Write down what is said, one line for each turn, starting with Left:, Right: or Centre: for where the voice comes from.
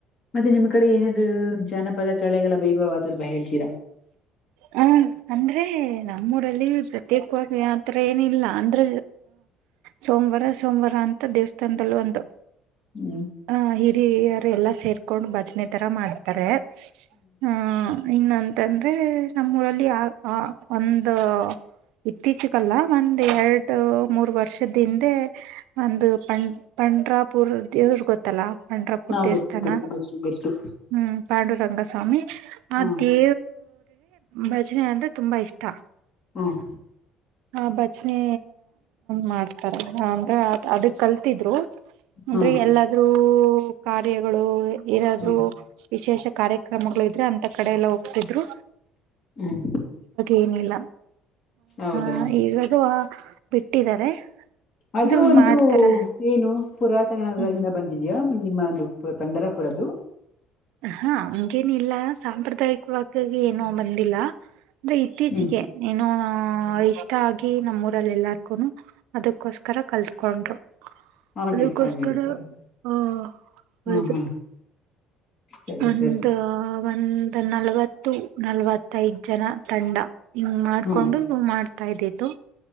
Left: ನಿಮ್ಮ್ ಕಡೆ ಏನಾದ್ರು ಜಾನಪದ ಕೆಳೆಗಳ ವೈಭವ ಸ್ವಲ್ಪ ಹೇಳ್ತೀರಾ
Right: ಹ್ಮ ಅಂದ್ರೆ ನಮ್ಮೂಊರಲ್ಲಿ ಪ್ರತ್ಯೇಕವಾಗಿ ಯತ್ರ ಏನ ಇಲ್ಲ ಅಂದ್ರ ಸೋಮವಾರ ಸೋಮವಾರ ಅಂತ ದೇವಸ್ಥಾನದದಲ್ಲಿ ಒಂದು
Left: ಹ್ಮ್
Right: ಹ ಹಿರಿಯಾರ ಎಲ್ಲ ಸೇರ್ ಕೋ ಬಚ್ನೆ ತರ ಮಾಡ್ತಾರೆ ಹ್ಮ್ ಇನ್ನಂತಂದ್ರೆ ನಮ್ಮೂಊರಲ್ಲಿ ಒಂದು ಇತ್ತೀಚಕ್ಕಲ್ಲ ಒಂದ ಎರಡು ಮೂರ್ ವರ್ಷದ ಹಿಂದೆ ಅಂದು ಪ ಪನ್್ರಾ ಪೂರ್ದ ದವರು ಗೊತ್ತಲ್ಲ ಪಂಡ್ರಾಪುರ್
Left: ಹಾ
Right: ದೇವಸ್ಥಾನ
Left: ಗೊತ್ತು ಗೊತ್ತು ಗೊತ್ತು ಗೊತ್ತು
Right: ಹ್ಮ ಪಾಂಡ ರಂಗಸ್ವಾಮಿ ಅದೇ
Left: ಹ್ಮ್
Right: ಭಜನೆ ಅಂದ್ರೆ ತುಂಬಾ ಇಷ್ಟ
Left: ಹ್ಮ್
Right: ಆ ಬಚನೆ ಮಾಡ್ತಾರ ಅಂದ್ರೆ ಅದ ಕಲ್ತಿದ್ರು ಅಂದ್ರೆ
Left: ಹ್ಮ್
Right: ಎಲ್ಲಾದ್ರೂ ಕಾರ್ಯಾಗಳು ಏನಾದ್ರು
Left: ಹ್ಮ್
Right: ವಿಶೇಷ ಕಾರ್ಯಕ್ರಮಗಳು ಅಂತ ಕಡೆ ಎಲ್ಲ ಹೋಗ್ತಿದ್ರು
Left: ಹ್ಮ್
Right: ಏನಿಲ್ಲ
Left: ಹೌದಾ
Right: ಹ ಈವಾಗುವ ಬಿಟ್ಟಿದ್ದಾರೆ
Left: ಅದು
Right: ಅಂದ್ರೆ
Left: ಒಂದು
Right: ಮಾಡ್ತಾರ
Left: ಏನು ಪುರಾತನದಿಂದ
Right: ಹ್ಮ್
Left: ಬಂದಿದೆಯಾ ನಿಮ್ಮದು. ಪಂಡರಪುರದು
Right: ಹಾ ಹಂಗೇನ ಇಲ್ಲ ಸಾಂಪ್ರದಾಯಿಕವಾಗಿ ಏನೋ ಬಂದಿಲ್ಲ ಅಂದ್ರೆ ಇತ್ತೀಚಿಗೆ
Left: ಹ್ಮ್
Right: ಏನು ಆ ಇಷ್ಟ ಆಗಿ ನಮ್ಮೂರಲ್ಲಿ ಎಲ್ಲಾರ್ಗು ಅದಕ್ಕೋಸ್ಕರ ಕಲ್ತ್ಕೊಂಡ್ರು
Left: ಹಾಗೆ
Right: ಅದಕ್ಕೋಸ್ಕರ
Left: ಹಾಗೆ ಸರಿ
Right: ಹ ಹೌದು
Left: ಹಾ ಹಾ ಸರಿ
Right: ಒಂದ
Left: ಸರಿ
Right: ಒಂದ ನಲ್ವತ್ತು ನಲ್ವತ್ತಐದು ಜನ ತಂಡ- ಹಂಗ ಮಾಡ್ಕೊಂಡು
Left: ಹ್ಮ್
Right: ಮಾಡ್ತಾ ಇದ್ದತ್ತು